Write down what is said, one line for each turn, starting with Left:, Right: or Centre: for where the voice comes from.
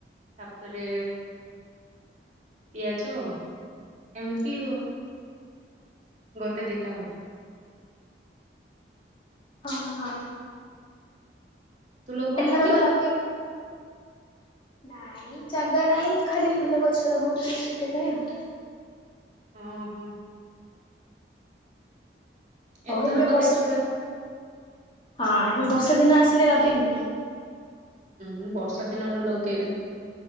Right: ତା'ପରେ ପିଆଜ ଏମିତି ଆଉ ଗୋଟେ ଦିଟା
Left: ଅଁ ହଁ
Right: ତୁ ଲଗଉନୁ
Left: ଏଥରକ
Right: କି?
Left: ଲଗେଇବ? ନାଇଁ ଜାଗା ନାାଇଁ ଖାଲି ଫୁଲ ଗଛ ଲଗଉଚି ସେଥିପାଇଁ ଆଉ
Right: ହଁ ହଁ
Left: ହଉ
Right: ଏଥରକ
Left: ଏବେ ବର୍ଷା,
Right: ଦେଖିବା
Left: ହଁ ଏବେ ବର୍ଷା ଦିନ ଆସିଲେ ଲଗେଇ ମି କି?
Right: ହୁଁ ବର୍ଷା ଦିନରେ ଲଗେଇବେ